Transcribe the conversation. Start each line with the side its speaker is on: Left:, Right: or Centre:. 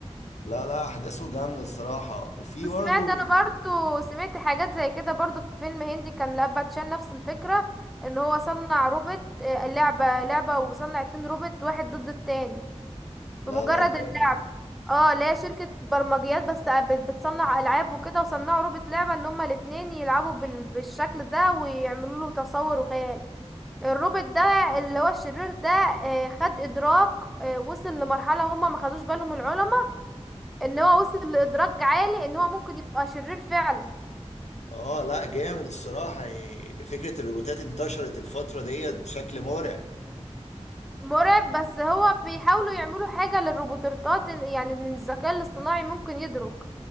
Left: لا لا احداثه جامده الصراحه وفي
Centre: وسمعت
Left: برضه
Centre: انا برضو سمعت حاجات زي كده برضو في فيلم هندي كان لاباتشان نفس الفكرة ان هو صنع روبوت آه، لعبة لعبة وصنع اتنين روبوت واحد ضد التاني
Left: لا
Centre: بمجرد
Left: لا جامد
Centre: اللعب اه لا شركة برمجيات بس آه، بت- بتصنع ألعاب وكده وصنعوا روبوت لعبة ان هما الاتنين يلعبوا بال... بالشكل ده ويعملوا له تصور وخيال الروبوت ده اللي هو الشرير ده آه، خد ادراك آه، وصل لمرحلة هما ما خدوش بالهم العلماء ان هو وصل لادراك عالي ان هو ممكن يبقى شرير فعلا
Left: اه لا جامد الصراحة يعني فكرة الروبوتات انتشرت الفترة ديت بشكل مرعب
Centre: مرعب بس هو بيحاولوا يعملوا حاجة للروبوتات إن- يعني ان الذكاء الاصطناعي ممكن يدرك